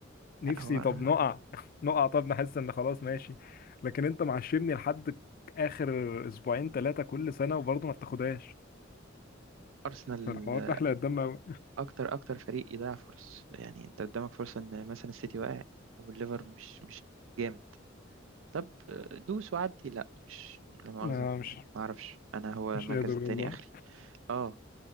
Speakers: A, on the left (about 45°); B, on the right (about 85°).
A: نفسي
B: لا هو
A: طب نقع <laughs> نقع طب نحس ان خلاص ماشي لكن انت معشمني لحد اخر اسبوعين ثلاثه كل سنه وبرضه ما بتاخدهاش
B: أرسنال
A: فالحوار ده احلى قدام أوي.
B: أكتر أكتر فريق يضيع فرص يعني أنت قدامك فرصة إن مثلا السيتي واقع والليفر مش مش جامد طب آه، دوس وعدي لا مش لا مؤاخذة
A: ما
B: ما
A: مش
B: أعرفش أنا هو
A: مش
B: المركز
A: قادر
B: التاني
A: والله
B: آخري أه